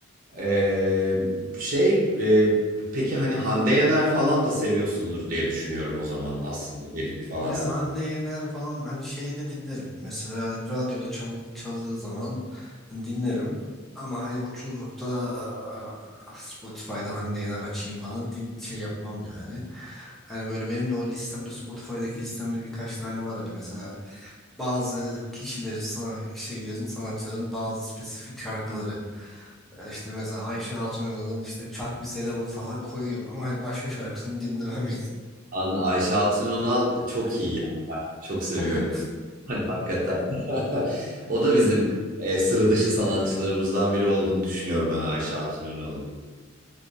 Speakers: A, on the right; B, in the centre.
A: Ee, şey e, peki hani Hande Yener falan da seviyorsundur diye düşünüyorum o zaman aslında Bedük falan.
B: Ya Hande Yener falan hani şeyi de dinlerim. Mesela radyoda çal çaldığı zaman dinlerim. Ama hani oturup da aa, Spotify'da Hande Yener açayım falan di- şey yapmam yani. Hani böyle benim de o listemde Spotify'daki listemde birkaç tane var öyle mesela. bazı kişileri, sana- şeylerin, sanatçıların bazı spesifik şarkıları. E, İşte mesela Ayşe Hatun Eral'ın işte Çak Bir Selam'ı falan koyuyorum ama hani başka şarkısını dinlemem.
A: An- Ayşe Hatun Önal çok iyi ya. Ben çok seviyorum.
B: <laughs>
A: <laughs> Hani hakikaten. <laughs> O da bizim e, sıra dışı sanatçılarımızdan biri olduğunu düşünüyorum ben Ayşe Hatun Önal'ın.